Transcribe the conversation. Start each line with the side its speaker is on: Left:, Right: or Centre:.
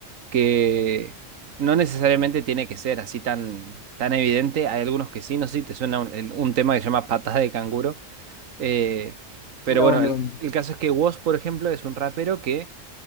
Right: que no necesariamente tiene que ser así tan, tan evidente. Hay algunos que sí, no sé si te suena un, el- un tema que se llama Patas de Canguro. Eh, pero
Left: No,
Right: bueno,
Left: no,
Right: el,
Left: no.
Right: el caso es que Woz, por ejemplo, es un rapero que